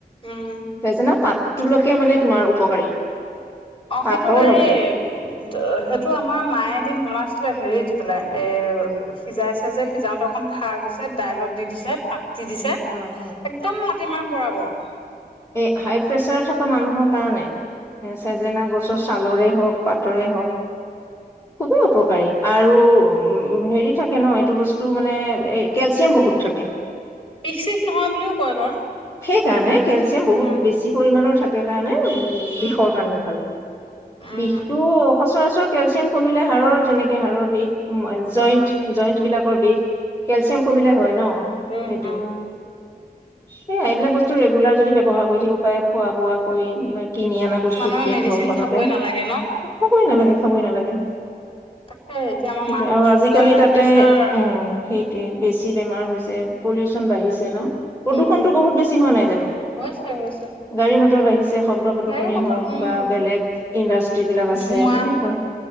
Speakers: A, on the left; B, on the left.
A: উম
B: চেজেনা পাত তুলসীয়ে মানে তোমাৰ উপকাৰী।
A: অ
B: পাতৰলৈকে
A: সেইটো হেৰি সেইটো আমাৰ মায়ে দিন বনাইছিলে হেৰি দি পেলাই এ সিজাইছেযে সিজাওতে অকন খাৰ দিছে দাইলত দি দিছে পাত। দি দিছে
B: অ',
A: একদম কিমান বৰাবৰ?
B: এ হাই প্ৰেচাৰ থকা মানুহৰ কাৰণে! চেজেনা গছ ছালৰে হওক পাটৰে হওক। খুবেই উপকাৰী আ আৰু উ হেৰি থাকে নহয় এইটো বস্তু মানে এই কেলচিয়াম বহুত থাকে।
A: বিশ চিশ নহয় বুলিও কয় বাৰু।
B: কাৰনে কেলচিয়াম বহুত
A: উম
B: বেছি পৰিমাণৰ থাক সেকাৰণে উম উ
A: উম
B: বিষৰ কাৰণেও ভাল
A: উম
B: বিষটো সচৰাচৰ কেলচিয়াম কমিলে হাড়ৰ যেনেকে হাড়ৰ বিষ। উম জইন্ট
A: উম
B: জইন্ট বিলাকৰ বিষ কেলচিয়াম কমিলে হয় ন
A: উম
B: সেইটো।
A: উম
B: সেয়া এইবিলাক বস্তু। যদি ব্যৱহাৰ কৰি থাকিব পাৰে খোৱা বোৱা কৰি কিনি অনা বস্তুতকে
A: মানুহে মেডিচিন
B: ঘৰখনতে
A: খাবই নালাগে ন
B: খাবই নালাগে খাবই নালাগে
A: তাকে এতিয়া আমাৰ
B: সেইটোয়ে
A: মাহঁতৰ
B: আৰু
A: চুগাৰ
B: আজিকালি তাতে
A: প্ৰেচাৰ
B: অ সেইটোয়ে বেছি বেমাৰ হৈছে। পলিউচন বাঢ়িছে ন প্ৰদূষণতটো
A: উম
B: বহুত বেছি হোৱা নাই জানোঁ।
A: হৈছে হৈছে
B: গাড়ী মটৰ বাঢ়িছে শব্দ প্ৰদূষনে
A: গাড়ী মটৰ
B: হওক
A: উম
B: বা বেলেগ ইণ্ডাষ্ট্ৰ্ৰী বিলাক আছে
A: ধোঁৱা
B: তেনেকুৱা